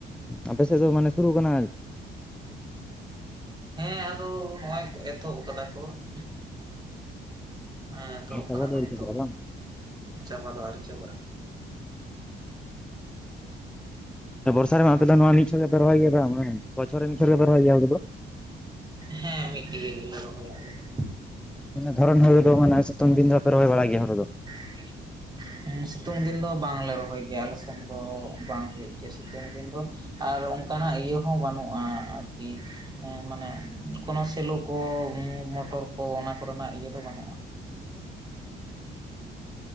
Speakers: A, in the centre; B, on the right (about 20°).
A: ᱟᱯᱮ ᱥᱮᱫ ᱫᱚ ᱢᱟᱱᱮ ᱥᱩᱨᱩ ᱠᱟᱱᱟ,
B: ᱦᱮᱸ ᱟᱫᱚ ᱱᱚᱜ-ᱚᱭ ᱠᱚ ᱮᱛᱚᱦᱚᱵ ᱠᱟᱫᱟ ᱠᱚ ᱾ ᱦᱮᱸ ᱮᱛᱚᱦᱚᱵ
A: ᱪᱟᱵᱟ
B: ᱠᱟᱫᱟᱠᱳ
A: ᱫᱚ ᱟᱹᱣᱨᱤ
B: ᱱᱤᱛᱳ-ᱜ,
A: ᱪᱟᱵᱟᱜᱼᱟ ᱵᱟᱝ
B: ᱪᱟᱵᱟ ᱫᱚ ᱟᱣᱨᱤ ᱪᱟᱵᱟᱜᱼᱟ ᱾
A: ᱵᱚᱨᱥᱟ ᱨᱮᱢᱟ ᱟᱯᱮ ᱫᱚ ᱱᱚᱣᱟ ᱢᱤᱪᱷᱚᱴ ᱜᱮᱯᱮ ᱨᱚᱦᱚᱭ ᱜᱮᱭᱟ ᱾ ᱵᱚᱪᱷᱚᱨ ᱨᱮ ᱢᱤᱪᱷᱚᱴ ᱜᱮᱯᱮ ᱨᱚᱦᱚᱭ ᱜᱮᱭᱟ ᱦᱩᱲᱩ ᱫᱚ ᱾
B: ᱦᱮᱸ ᱢᱤᱫ ᱜᱮ ᱜᱞᱮ ᱨᱚᱦᱚᱭᱭᱟ ᱟᱞᱮ ᱫᱚ
A: ᱫᱷᱚᱨᱚᱱ ᱦᱩᱲᱩ ᱫᱚ ᱢᱟᱱᱮ ᱥᱮᱛᱳᱝ ᱫᱤᱱ ᱫᱚ ᱵᱟᱯᱮ ᱨᱚᱦᱚᱭ ᱵᱟᱲᱟ ᱜᱮᱭᱟ ᱦᱩᱬᱩ ᱫᱚ ᱾
B: <unintelligible> ᱥᱤᱛᱩᱝ ᱫᱤᱱ ᱫᱚ ᱵᱟᱝᱞᱮ ᱨᱚᱦᱚᱭ ᱜᱮᱭᱟ ᱟᱞᱮ ᱥᱮᱱ ᱫᱚ, ᱵᱟᱝ ᱦᱩᱭᱩᱜ ᱜᱮᱭᱟ ᱥᱤᱛᱩᱝ ᱫᱤᱱ ᱫᱚ ᱾ ᱟᱨ ᱚᱱᱠᱟᱱᱟᱜ ᱤᱭᱟᱹ ᱦᱚᱸ ᱵᱟᱹᱱᱩᱜᱼᱟ ᱟᱨᱠᱤ, ᱦᱮᱸ ᱢᱟᱱᱮ ᱠᱳᱱᱳ ᱥᱮᱞᱳ ᱠᱚ ᱢᱚᱴᱚᱨ ᱠᱚ ᱚᱱᱟ ᱠᱚᱨᱮᱱᱟᱜ ᱤᱭᱟᱹ ᱫᱚ ᱵᱟᱹᱱᱩᱜᱼᱟ ᱾